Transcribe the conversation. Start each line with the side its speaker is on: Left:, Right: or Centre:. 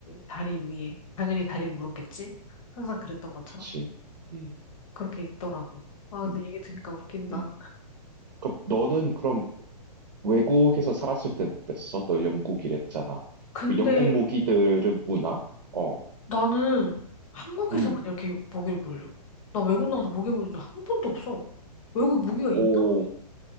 Left: 다리 위에. 당연히 다리를 물었겠지? 항상 그랬던 것처럼.
Right: 그치. 음,
Left: 그렇게 있더라고. 아, 근데
Right: 음.
Left: 얘기 들으니까 웃긴다.
Right: 음. 그럼 너는 그럼 외국에서 살았을 땐 어땠어? 너 영국이랬잖아.
Left: 근데
Right: 영국 모기들은 문화? 어,
Left: 나는 한국에서만
Right: 음,
Left: 이렇게 모기를 물려. 나 외국 나와서 모기 물린 적 한 번도 없어. 외국 모기가 있나?
Right: 오,